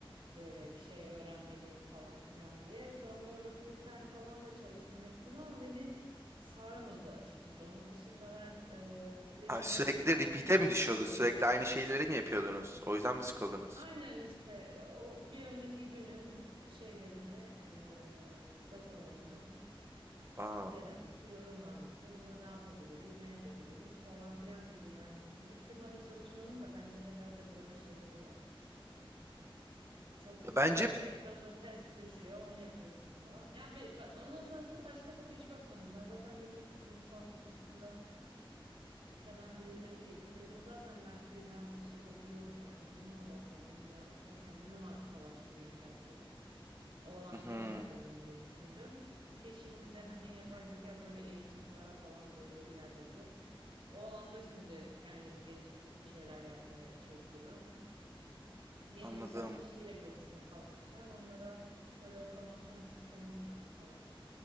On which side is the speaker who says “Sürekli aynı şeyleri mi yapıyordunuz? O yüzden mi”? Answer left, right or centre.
Right